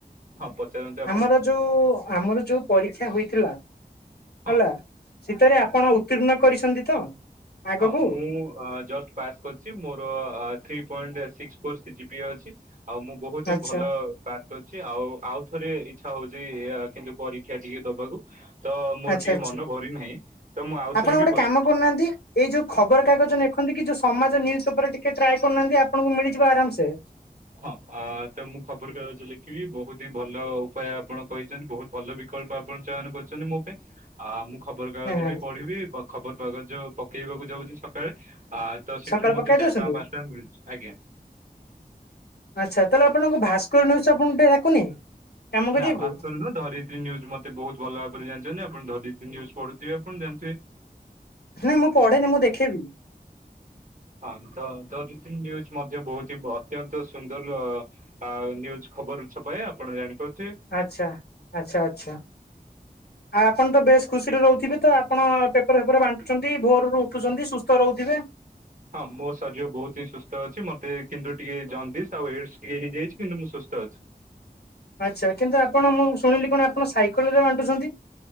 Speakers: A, on the right; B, on the left.
A: ହଁ ପଚାରନ୍ତୁ ଆପଣ
B: ଆମର ଯୋଉ ଆମର ଯୋଉ ପରୀକ୍ଷା
A: ଆଜ୍ଞା
B: ହୋଇଥିଲା
A: ହଁ
B: ହେଲା ସେଥିରେ ଆପଣ ଉତ୍ତୀର୍ଣ୍ଣ କରିଛନ୍ତି। ତ ଆଗକୁ?
A: ହଁ ମୁଁ ଜଷ୍ଟ ପାସ୍ କରିଚି। ମୋର three point six four C G P A ଅଛି। ଆଉ ମୁଁ ବହୁତ
B: ଆଚ୍ଛା।
A: ହିଁ ଭଲ ଆଉ ଆଉ ଥରେ ଇଚ୍ଛା ହଉଚି କିନ୍ତୁ ପରୀକ୍ଷା ଟିକେ ଦବାକୁ। ତ ମୋର
B: ଆଚ୍ଛା
A: ଟିକେ
B: ଆଚ୍ଛା।
A: ମନ ଭରି ନାହିଁ। ତ ମୁଁ ଆଉଥରେ
B: ଆପଣ ଗୋଟେ
A: ବି ପରି
B: କାମ କରୁନାହାନ୍ତି ଏଇ ଯୋଉ ଖବର କାଗଜ ଲେଖନ୍ତି କି ଯୋଉ ସମାଜ ନ୍ୟୁଜ ପେପରରେ ଟିକେ ଟ୍ରାଏ କରୁନାହାନ୍ତି ଆପଣଙ୍କୁ ମିଳିଯିବ ଆରାମ ସେ।
A: ହଁ ତ ମୁଁ ଖବରକାଗଜ ଲେଖିବି। ବହୁତି ହିଁ ଭଲ ଉପାୟ ଆପଣ କହିଛନ୍ତି। ବହୁତ୍ ଭଲ ବି କଳ୍ପ ଆପଣ ଚୟନ କରିଛନ୍ତି ମୋ ପାଇଁ। ଆ ମୁଁ ଖବର କାଗଜ
B: ହଁ
A: ବି ପଢିବି। ଖବର କାଗଜ ପକେଇବାକୁ ଯାଉଛି ସକାଳେ। ଆ ତ ସେଠରୁ
B: ସକାଳେ
A: ମେ
B: ପକେଇ
A: ଚାରି
B: ଦଉଛନ୍ତି
A: ଟଙ୍କା ପାଞ୍ଚ ଟଙ୍କା ମିଳୁଚି। ଆଜ୍ଞା।
B: ଆଚ୍ଛା ତାହେଲେ ଆପଣଙ୍କ ଭାସ୍କର ନ୍ୟୁଜ ଆପଣଙ୍କୁ ଟିକେ ଡାକୁନି। କାମ କରିବାକୁ
A: ନା ଭାସ୍କର ନୁହଁ, ଧରିତ୍ରୀ ନ୍ୟୁଜ ମତେ ବହୁତ ଭଲ ଭାବରେ ଜାଣିଛନ୍ତି। ଆପଣ ଧରିତ୍ରୀ ନ୍ୟୁଜ ପଢୁଥିବେ ଆପଣ ଜାଣିଥିବେ।
B: ନାଇଁ ମୁଁ ପଢେନି ମୁଁ ଦେଖେବି
A: ହଁ ଧରିତ୍ରି ନ୍ୟୁଜ ମଧ୍ୟ ବହୁତ ଅତ୍ୟନ୍ତ ସୁନ୍ଦର ନ୍ୟୁଜ। ଖବର ଛପାଏ ଆପଣ ଜାଣିପାରୁ
B: ଆଚ୍ଛା ଆଚ୍ଛା ଆଚ୍ଛା ଆଉ ଆପଣ ତ ବେଶ୍ ଖୁସିରେ ରହୁ ଥିବେ ତ ଆପଣ ପେପର ଫେପର ବାଣ୍ଟୁଛନ୍ତି ଭୋରରୁ ଉଠୁଛନ୍ତି ସୁସ୍ଥ ରହୁଥିବେ
A: ହଁ ମୋ ଶରୀର ବହୁତ ହିଁ ସୁସ୍ଥ ଅଛି ମତେ କିନ୍ତୁ ଟିକେ ଜଣ୍ଡିସ ଆଉ ଏଇଡସ ଟିକେ ହେଇଯାଇଛି କିନ୍ତୁ ମୁଁ ସୁସ୍ଥ ସୁସ୍ଥ ଅଛି
B: ଆଚ୍ଛା କିନ୍ତୁ ଆପଣ ମୁଁ ଶୁଣିଲି କଣ ଆପଣ ସାଇକେଲ ରେ ବାଣ୍ଟୁଛନ୍ତି